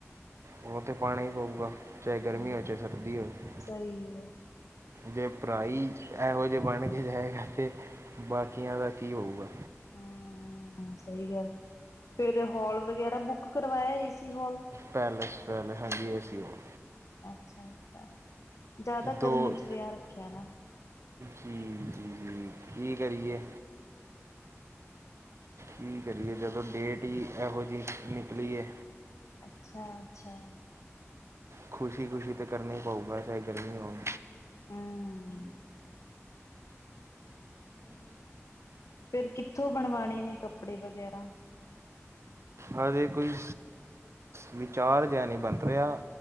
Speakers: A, on the right; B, on the left.
A: ਉਅ ਤੇ ਪਾਣਾ ਈ ਪਊਗਾ ਚਾਹੇ ਗਰਮੀ
B: ਹੂੰ
A: ਹੋਵੇ, ਚਾਹੇ ਸਰਦੀ ਹੋਵੇ।
B: ਸਹੀ ਐ।
A: ਜੇ ਪਰਾਈ ਇਹੋ ਜਿਹੇ ਬਣ ਕੇ ਜਾਏਗਾ ਤੇ ਬਾਕੀਆਂ ਦਾ ਕੀ ਹੋਊਗਾ।
B: ਹਮ, ਸਹੀ ਗੱਲ ਫਿਰ ਹੋਲ ਵਗੈਰਾ ਬੁੱਕ ਕਰਵਾਇਆ, ਏਸੀ ਹੋਲ।
A: ਪੈਲੇਸ, ਪੈਲੇ ਹਾਂਜੀ, ਏ ਸੀ ਹੋਲ।
B: ਅੱਛਾ, ਅੱਛਾ ਜ਼ਿਆਦਾ
A: ਦੋ
B: ਗਰਮੀ ਚ ਵਿਆਹ ਰੱਖਿਆ ਨਾ।
A: ਜੀ, ਜੀ, ਕੀ ਕਰੀਏ। ਕੀ ਕਰੀਏ ਜਦੋਂ ਡੇਟ ਈ ਇਹੋ ਜਿਹੀ ਨਿਕਲੀਏ।
B: ਅੱਛਾ, ਅੱਛਾ।
A: ਖੁਸ਼ੀ -ਖੁਸ਼ੀ ਤਾਂ ਕਰਨਾ ਈ ਪਓਗਾ ਚਾਹੇ ਗਰਮੀਆ ਹੋਣ।
B: ਹਮ। ਚੱਲੋ, ਫੇਰ ਕਿੱਥੋਂ ਬਣਵਾਣੇ ਨੇ ਕੱਪੜੇ ਵਗੈਰਾ?
A: ਹਜੇ ਕੋਈ ਵਿਚਾਰ ਜੇਆ ਨਈ ਬਣਥ ਰੇਆ।